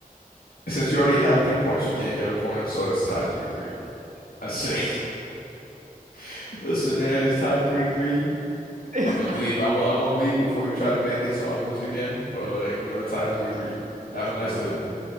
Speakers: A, on the left (about 80°); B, on the right (about 55°).
A: Since you already have three points, you can't get a point, so it's tied 3-3. I say, <laughs> listen, man, it's tied 3-3.
B: it's
A: I'm gonna
B: not
A: leave. I'm gonna, I'm gonna leave before you try to make it, so I lose again. But uh, we are tied 3-3.
B: I'll
A: Have
B: see.
A: a nice
B: I'll
A: day.
B: see.